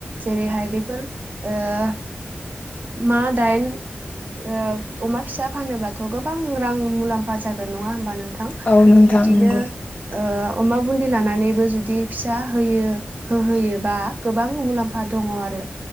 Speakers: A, on the right; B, on the left.
A: जेरैहाय बेफोर ओ मा दाइन ओ अमा फिसा फानोब्लाथ' गोबां रां मुलाम्फा जागोन नङा होमबा नोंथां?
B: औ नोंथां
A: बिदिनो
B: नंगौ
A: ओ अमा बुन्दि लानानैबो जुदि फिसा होयो होहोयोबा गोबां मुलाम्फा दङ आरो।